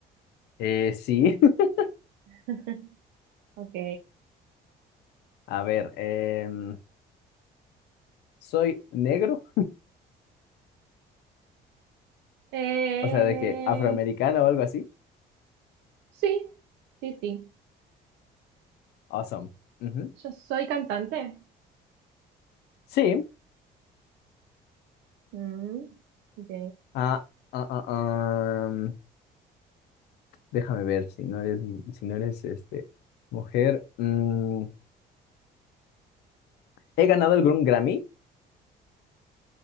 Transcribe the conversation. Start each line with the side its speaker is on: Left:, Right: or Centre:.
Left: Eh, sí. <laughs>
Right: <laughs> Ok.
Left: A ver, em, ¿soy negro?
Right: Eh,
Left: O sea, de que afroamericano o algo así.
Right: sí, sí, sí.
Left: Awesome. Ujú.
Right: Yo soy cantante.
Left: Sí.
Right: Mm, ok.
Left: Ah, ah, ah, ah. Déjame ver si no eres, si no eres este, mujer. mm, ¿he ganado algún Grammy?